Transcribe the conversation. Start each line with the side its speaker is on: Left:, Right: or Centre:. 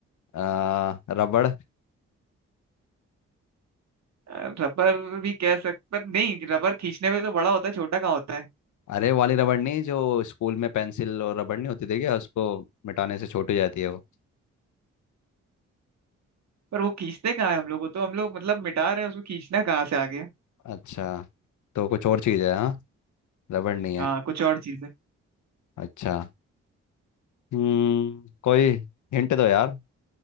Left: आ, रबड़
Right: अ, रबर भी कह सकते पर नहीं रबर खींचने में तो बड़ा होता है छोटा कहाँ होता है
Left: अरे वाली रबड़ नहीं जो स्कूल में पेंसिल और रबड़ नहीं होती थी क्या उसको मिटाने से छोटी जाती है वो
Right: पर वो खींचते कहाँ है हम लोगों तो हम लोग मतलब मिटा रहे हैं उसमें खींचना कहाँ से आ गया
Left: अच्छा तो कुछ और चीज़ है हाँ रबड़ नहीं है
Right: हाँ कुछ और चीज है
Left: अच्छा हम्म कोई हिंट दो यार